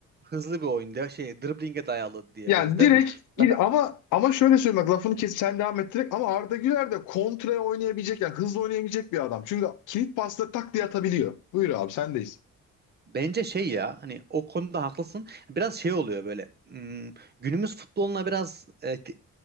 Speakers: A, on the right; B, on the left.
A: hızlı bir oyunda şey driblinge dayalı diyebiliriz
B: Yani
A: değil
B: direkt
A: mi?
B: gir
A: Zaten
B: ama ama şöyle söyleyeyim bak lafını kesip sen devam et direkt ama Arda Güler de kontraya oynayabilecek yani hızlı oynayabilecek bir adam. Çünkü kilit pasla tak diye atabiliyor. Buyur abi sendeyiz.
A: Bence şey ya hani o konuda haklısın. Biraz şey oluyor böyle hmm, günümüz futboluna biraz e, t-